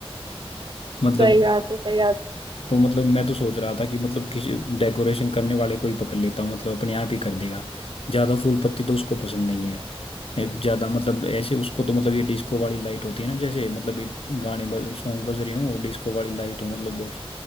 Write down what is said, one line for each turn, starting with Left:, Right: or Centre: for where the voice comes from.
Left: मतलब
Right: सही बात है सही बात
Left: तो मतलब मैं तो सोच रहा था कि मतलब किसी डेकोरेशन करने वाले को ही पकड़ लेता हूँ मतलब अपने आप ही कर देगा ज़्यादा फूल पत्ती तो उसको पसंद नहीं है ज़्यादा मतलब ऐसे उसको तो मतलब ये डिस्को वाली लाइट होती है ना जैसे मतलब एक गाने बज सॉन्ग बज रहे हों और डिस्को वाली लाइट हो मतलब और